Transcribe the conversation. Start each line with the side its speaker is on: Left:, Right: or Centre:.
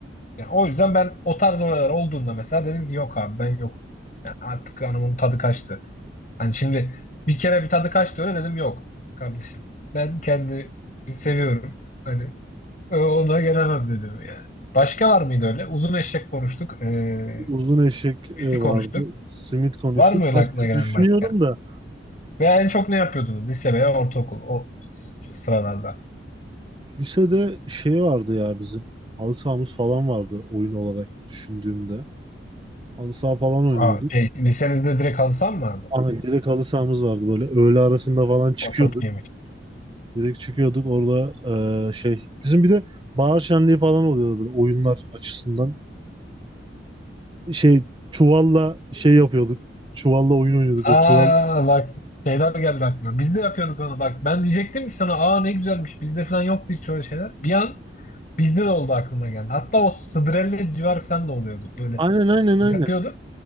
Left: Yani o yüzden ben o tarz olaylar olduğunda mesela dedim ki yok abi ben yok. Yani artık hanımın tadı kaçtı. Hani şimdi bir kere bir tadı kaçtı öyle dedim yok kardeşim. Ben kendimi seviyorum. Hani e, ona gelemem dedim yani. Başka var mıydı öyle? Uzun eşek konuştuk. E,
Right: Uzun eşek e,
Left: Meti konuştuk.
Right: vardı. Simit konuştuk.
Left: Var mı öyle
Right: Başka
Left: aklına gelen
Right: düşünüyorum
Left: başka?
Right: da
Left: Ve en çok ne yapıyordunuz? Lise veya ortaokul o s- sıralarda.
Right: lisede şey vardı ya bizim. Halı sahamız falan vardı oyun olarak düşündüğümde. Halı saha falan oynuyorduk.
Left: Aa, şey, lisenizde direkt halı saha mı vardı?
Right: Ama direkt halı sahamız vardı böyle. Öğle arasında falan çıkıyorduk.
Left: O çok iyiymiş.
Right: Direkt çıkıyorduk orada eee, şey. Bizim bir de bahar şenliği falan oluyordu böyle oyunlar açısından. Şey çuvalla şey yapıyorduk. Çuvalla oyun oynuyorduk.
Left: Aa
Right: O çuval.
Left: bak şeyler geldi aklıma. Biz de yapıyorduk onu bak. Ben diyecektim ki sana aa ne güzelmiş. Bizde falan yoktu hiç öyle şeyler. Bir an bizde de oldu aklıma geldi. Hatta o Sıdrellez civarı falan da oluyordu. Böyle
Right: Aynen aynen
Left: yapıyorduk.
Right: aynen.